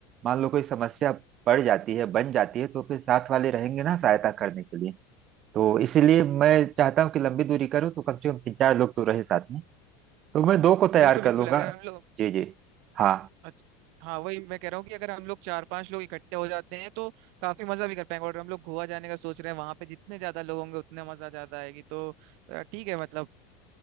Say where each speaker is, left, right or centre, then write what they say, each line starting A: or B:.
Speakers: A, on the right; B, on the right.
A: मान लो कोई समस्या पड़ जाती है बन जाती है तो फिर साथ वाले रहेंगे ना सहायता करने के लिए तो इसीलिए मैं चाहता हूँ कि लंबी दूरी करूँ तो कम से कम तीन चार लोग तो रहे साथ में तो मैं दो को
B: बिल्कुल
A: तैयार
B: बिल्कुल
A: कर लूंगा
B: अगर हम लोग
A: जी जी हाँ
B: अच्छा हाँ वही मैं कह रहा हूँ कि अगर हम लोग चार पांच लोग इकट्ठे हो जाते हैं तो काफी मजा भी कर पाएंगे और हम लोग गोवा जाने का सोच रहे हैं वहां पे जितने ज्यादा लोग होंगे उतने मजा ज्यादा आएगी तो अ, ठीक है मतलब